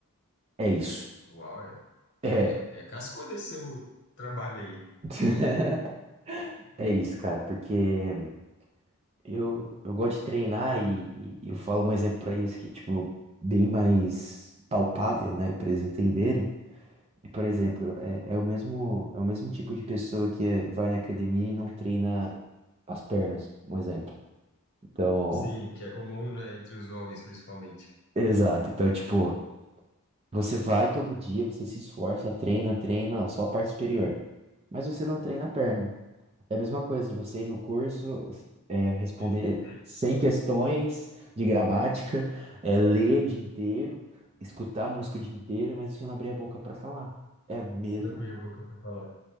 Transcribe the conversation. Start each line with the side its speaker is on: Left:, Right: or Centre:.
Right: é isso.
Left: É, uau, é, que
Right: É.
Left: é, é cascudo esse seu trabalho aí.
Right: <laughs> É isso, cara, porque Eu, eu gosto de treinar e, e eu falo um exemplo pra eles que, tipo, bem mais palpável, né, Pra eles entenderem. E, por exemplo, é, é o mesmo, é o mesmo tipo de pessoa que é- vai na academia e não treina as pernas, um exemplo. Então,
Left: Sim, que é comum, né, entre os homens, principalmente.
Right: exato. Então, tipo, você vai todo dia, você se esforça, treina, treina só a parte superior, mas você não treina a perna. É a mesma coisa de você ir no curso, é, responder
Left: <laughs>
Right: 100 questões de gramática, é, ler o dia inteiro, escutar música o dia inteiro, mas você não abrir a boca pra falar. É mesmo.
Left: Não fui a boca para falar.